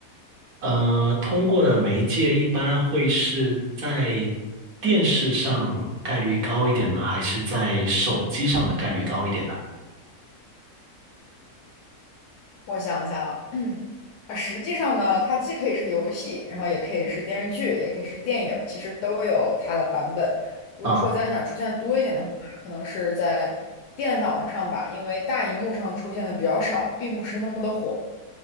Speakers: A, on the right; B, on the left.
A: 呃，通过的媒介一般会是在电视上概率高一点呢，还是在手机上的概率高一点呢？
B: 我想一下啊，<clears throat> 啊，实际上呢，它既可以是游戏，然后也可以是电视剧，也可以是电影儿，其实都有它的版本。如果说在哪儿出现的多一点的话，
A: 啊，
B: 可能是在电脑上吧，因为大荧幕上出现的比较少，并不是那么的火。